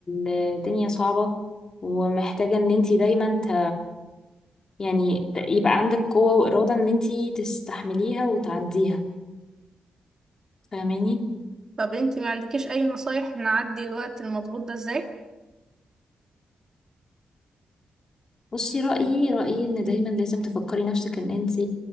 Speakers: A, on the left; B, on the right.
A: الدنيا صعبة ومحتاجة ان انتي دايما ت... يعني ت- يبقى عندك قوة وإرادة ان انتي تستحمليها وتعديها فاهماني
B: طب انت ما عندكيش اي نصايح نعدي الوقت المضغوط ده ازاي؟
A: بصي رأيي رأيي إن دايما لازم تفكري نفسك إن أنت